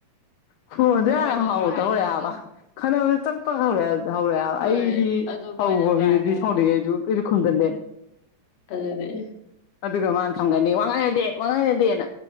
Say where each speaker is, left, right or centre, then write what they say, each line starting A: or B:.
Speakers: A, on the left; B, on the left.
A: ꯈ‌ꯣꯟꯗ‌ꯣ
B: ꯃꯣꯏꯅꯁꯨ
A: ꯌꯥꯝꯅ ꯍꯥꯎꯇ
B: ꯍꯥꯏꯔꯛꯑꯒ
A: ꯇꯧꯔ‌ꯦ ꯍꯥꯏꯕ ꯈꯠꯅꯕꯁ‌ꯦ ꯆꯝꯄ ꯍꯧꯔꯛꯑꯦ ꯍꯥꯏ ꯍꯧꯔꯛꯑꯦꯕ
B: ꯍꯣꯏ
A: ꯑꯩꯗꯤ
B: ꯑꯗꯨ
A: ꯍꯧꯕ
B: ꯃꯣꯏꯅꯁꯨ
A: ꯃꯤꯗꯗꯤ
B: ꯍꯥꯏꯔꯛꯑꯒ
A: ꯁꯧꯅꯤꯡꯉꯩꯁꯨ ꯀꯩꯁꯨ ꯈꯨꯟꯗꯅ‌ꯦ
B: ꯑꯗꯅ‌ꯦ
A: ꯑꯗꯨꯒ ꯃꯥꯅ ꯊꯝꯒꯅꯤ ꯋꯥꯉꯥꯡ ꯌꯥꯗꯦ ꯋꯥꯉꯥꯡ ꯌꯥꯗꯦꯅ